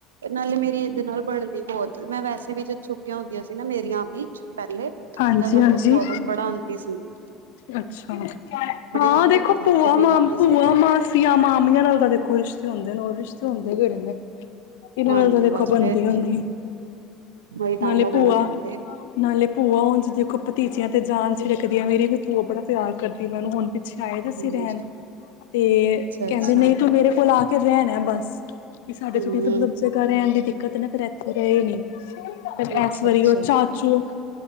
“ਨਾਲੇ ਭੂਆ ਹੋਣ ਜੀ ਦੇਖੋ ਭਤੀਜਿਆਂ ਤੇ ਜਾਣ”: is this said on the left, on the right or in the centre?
Left